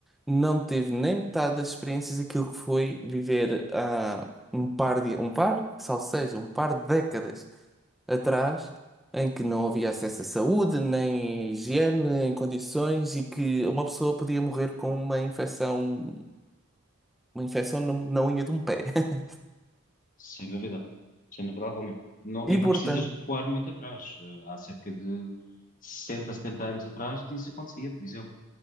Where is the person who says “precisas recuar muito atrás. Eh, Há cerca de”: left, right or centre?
Left